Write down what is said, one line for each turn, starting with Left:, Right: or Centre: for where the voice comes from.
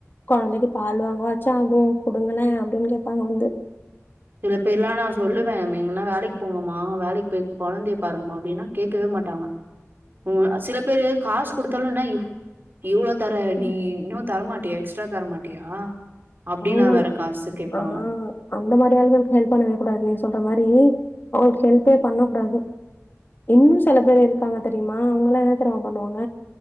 Left: கொழந்தைக்கு பால் வாங்குவாச்சு ஆகு குடுங்கலே அப்டின் கேப்பாங்க வந்து
Right: சில பேர்ல்லா நா சொல்லுவே எங்கன்னா வேலைக்கு போங்கம்மா வேலைக்கு போய் கொழந்தைய பாருங்கமா அப்டின்னா கேக்கவே மாட்டாங்க ம் சில பேரு காஸ் குடுத்தாலு என்ன இவ்ளோ தர நீ இன்னு தரமாட்டியா எக்ஸ்ட்ரா தரமாட்டியா அப்டிலா
Left: அவங்கள்
Right: வேற காசு கேப்பாங்க
Left: ஆ அந்த மாரி ஆளுகளுக்கு ஹெல்ப் பண்ணவே கூடாது நீ சொல்ற மாரி அவுங்களுக்கு ஹெல்ப்பே பண்ண கூடாது இன்னு செல பேர் இருக்காங்க தெரிமா அவுங்கல்லா என்ன தெரிமா பண்ணுவாங்க